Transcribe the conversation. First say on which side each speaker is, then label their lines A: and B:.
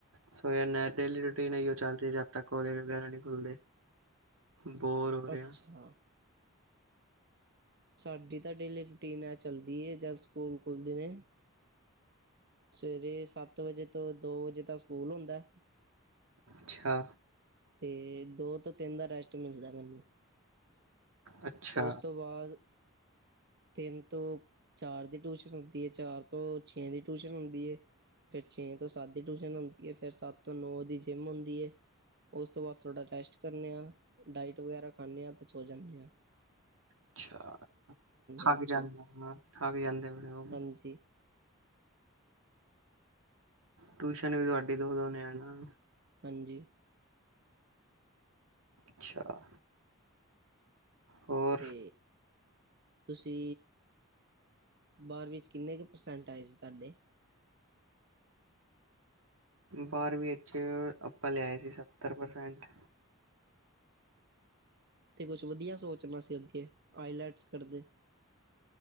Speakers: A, on the right; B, on the right.
A: ਸੋ ਡੇਲੀ ਰੂਟੀਨ ਹੈ, ਉਹ ਚੱਲ ਰਹੀ ਜਦ ਤੱਕ ਕੋਲੇਜ ਵਗੈਰਾ ਨਹੀਂ ਖੁੱਲਦੇ। ਬੋਰ ਹੋ ਰਿਹਾ।
B: ਅੱਛਾ ਸਾਡੀ ਤਾਂ ਡੇਲੀ ਰੂਟੀਨ ਆ ਚੱਲਦੀ ਹੈ, ਜਦ ਸਕੂਲ ਖੁੱਲਦੇ ਨੇ, ਸਵੇਰੇ ਸੱਤ ਵਜੇ ਤੋਂ ਦੋ ਵਜੇ ਤਾਂ ਸਕੂਲ ਹੁੰਦਾ।
A: ਅੱਛਾ,
B: ਤੇ ਦੋ ਤੋਂ ਤਿੰਨ ਦਾ ਰੈਸਟ ਮਿਲਦਾ ਮੈਨੂੰ,
A: ਅੱਛਾ
B: ਓਸ ਤੋਂ ਬਾਅਦ ਤਿੰਨ ਤੋਂ ਚਾਰ ਦੀ ਟਿਊਸ਼ਨ ਹੁੰਦੀ ਏ, ਚਾਰ ਤੋਂ ਛੇ ਦੀ ਟਿਊਸ਼ਨ ਹੁੰਦੀ ਏ। ਫੇਰ ਛੇ ਤੋਂ ਸੱਤ ਦੀ ਟਿਊਸ਼ਨ ਹੁੰਦੀ ਏ, ਫੇਰ ਸੱਤ ਤੋਂ ਨੌ ਦੀ ਜਿਮ ਹੁੰਦੀ ਏ। ਓਸ ਤੋਂ ਬਾਦ ਥੋੜਾ ਰੈਸਟ ਕਰਨੇ ਆਂ, ਡਾਇਟ ਵਗੈਰਾ ਖਾਂਨੇ ਆਂ ਤੇ ਸੋ ਜਾਂਨੇ ਆਂ।
A: ਅੱਛਾ, ਥਕ
B: ਹਾਂ ਆਪਾਂ
A: ਜਾਂਦੇ ਥਕ ਜਾਂਦੇ ਓ।
B: ਹਾਂਜੀ
A: ਟਿਊਸ਼ਨ ਵੀ ਤੁਹਾਡੀ ਦੋ-ਦੋ ਨੇ ਹੈਨਾ।
B: ਹਂਜੀ।
A: ਅੱਛਾ। ਹੋਰ
B: ਤੇ ਤੁਸੀ ਬਾਰਵੀਂ ਚ ਕਿੰਨੇ ਕੁ ਪਰਸੈਂਟ ਆਏ ਸੀ ਤੁਹਾਡੇ?
A: ਬਾਰਵੀ ਇਚ ਆਪਾਂ ਲਿਆਏ ਸੀ, ਸੱਤਰ ਪਰਸੈਂਟ।
B: ਤੇ ਕੁਛ ਵਧੀਆ ਸੋਚਣਾ ਸੀ ਅੱਗੇ ਆਈਲੈਟਸ ਕਰਦੇ।